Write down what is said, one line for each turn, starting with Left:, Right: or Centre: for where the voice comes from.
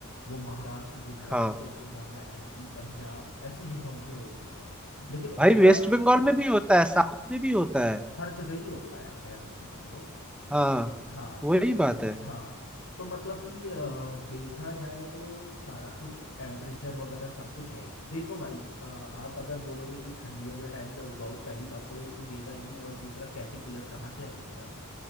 Left: वो महाराष्ट्र गुजरात
Centre: हाँ
Left: तेलंगाना एमपी पंजाब ऐसी जगहों पे होती है लेकिन उत्तरा
Centre: भाई वेस्ट बंगाल में भी होता है साउथ में भी होता है
Left: हर जगह ही होता है खैर होने को तो
Centre: हाँ
Left: हाँ
Centre: वही बात है
Left: हाँ तो मतलब कि अ, देखा जाए तो सारा कुछ टेम्परेचर वगैरह सब कुछ है ही देखो भाई अ, आप अगर बोलोगे कि ठंडियों के टाइम पे उगाओ पहली बात तो उगेगा नहीं और दूसरा कैटरपिलर कहाँ से आएगी भाई